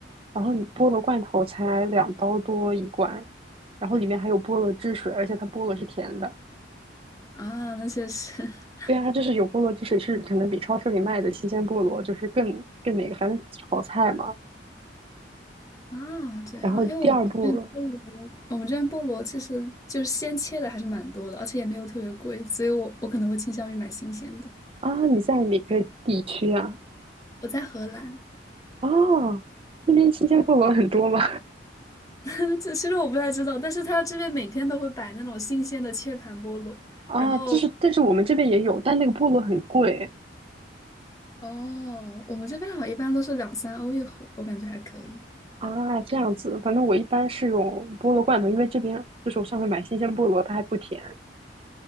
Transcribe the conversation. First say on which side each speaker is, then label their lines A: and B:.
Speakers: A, on the right; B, on the left.
A: 然后你菠萝罐头才两刀多一罐，然后里面还有菠萝汁水，而且它菠萝是甜的。
B: 啊，那些是 <laughs>
A: 对啊，它就是有菠萝汁水，是可能比超市里卖的新鲜菠萝就是更更那个，反正炒菜嘛。
B: 啊，这样，
A: 然后第二步
B: 因为我们这边菠萝，我们这边菠萝其实就是鲜切的还是蛮多的，而且也没有特别贵，所以我我可能会倾向于买新鲜的。
A: 啊，你在哪个地区啊？
B: 我在荷兰，
A: 哦，那边新鲜菠萝很多吗？
B: <laughs> 这其实我不太知道，但是他这边每天都会摆那种新鲜的切盘菠萝，
A: <laughs> 啊，
B: 然后
A: 就是但是我们这边也有，但那个菠萝很贵。
B: 哦，我们这边好像一般都是两三欧一盒，我感觉还可以
A: 啊，这样子，反正我一般是用菠萝罐头，因为这边就是我上回买新鲜菠萝，它还不甜。